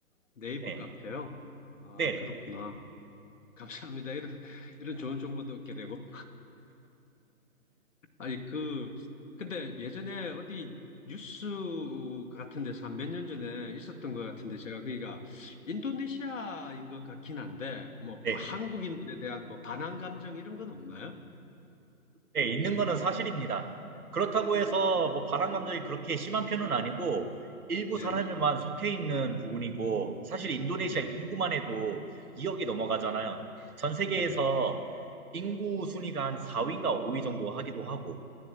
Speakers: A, on the left (about 60°); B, on the right (about 85°).
A: 네이버
B: 네,
A: 카페요? 아,
B: 네,
A: 그렇구나. 감사합니다. 이런, 이런 좋은 정보도 얻게 되고. 아니, 그, 근데 예전에 어디 뉴스 같은 데서 한 몇 년 전에 있었던 것 같은데 제가 그니까 인도네시아인 것 같긴 한데 뭐
B: 네,
A: 한국인들에 대한 뭐 반항 감정 이런 건 없나요?
B: 네, 있는 거는 사실입니다. 그렇다고 해서 뭐 바람 감정이 그렇게 심한 편은 아니고 일부
A: 예,
B: 사람에만 속해 있는 부분이고 사실 인도네시아
A: 예,
B: 인구만 해도 2억이 넘어가잖아요.
A: 예,
B: 전 세계에서
A: 예.
B: 인구 순위가 한 4위인가 5위 정도 하기도 하고